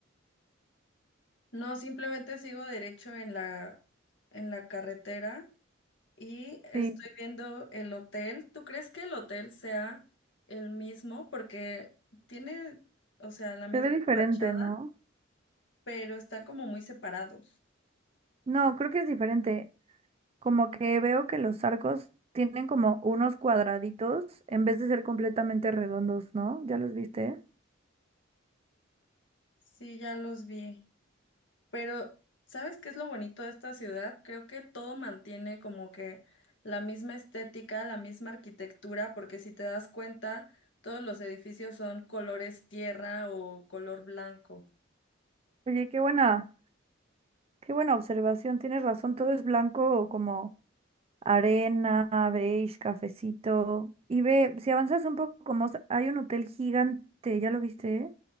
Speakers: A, on the left; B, on the right.
A: No, simplemente sigo derecho en la en la carretera y estoy
B: Sí,
A: viendo el hotel. ¿Tú crees que el hotel sea el mismo? Porque tiene, o sea, la misma
B: se ve diferente,
A: fachada,
B: ¿no?
A: pero están como muy separados.
B: No, creo que es diferente. Como que veo que los arcos tienen como unos cuadraditos en vez de ser completamente redondos, ¿no? ¿Ya los viste?
A: Sí, ya los vi. Pero, ¿sabes qué es lo bonito de esta ciudad? Creo que todo mantiene como que la misma estética, la misma arquitectura, porque si te das cuenta, todos los edificios son colores tierra o color blanco.
B: Oye, qué buena, qué buena observación. Tienes razón, todo es blanco como arena, beige, cafecito. Y ve, si avanzas un poco más, hay un hotel gigante, ¿ya lo viste? eh?